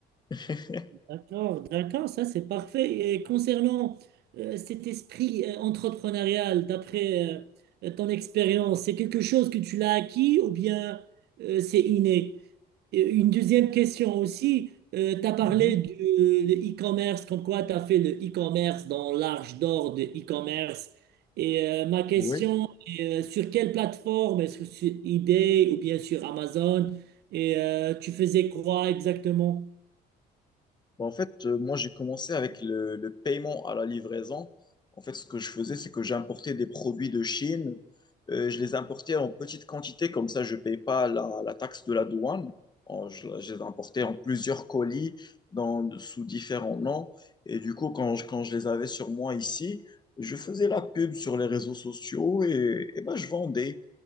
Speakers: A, on the left (about 25°); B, on the right (about 75°).
A: <laughs>
B: d'accord, d'accord, ça c'est parfait. Et concernant euh, cet esprit euh, entrepreneurial, d'après euh, ton expérience, c'est quelque chose que tu l'as acquis ou bien euh, c'est inné? Et Une deuxième question aussi, tu as parlé
A: Mhm.
B: du de e-commerce, comme quoi tu as fait le e-commerce dans l'arche d'or de e-commerce. Et euh, ma question
A: Oui.
B: est, euh, sur quelle plateforme? Est-ce que sur eBay ou bien sur Amazon? Et euh, tu faisais quoi exactement?
A: Bah, En fait, euh, moi, j'ai commencé avec le, le paiement à la livraison. En fait, ce que je faisais, c'est que j'importais des produits de Chine. Euh, je les importais en petite quantité, comme ça, je ne paye pas la, la taxe de la douane. En- je, je les importais en plusieurs colis dans, sous différents noms. Et du coup, quand je, quand je les avais sur moi ici, je faisais la pub sur les réseaux sociaux et, et bah, je vendais.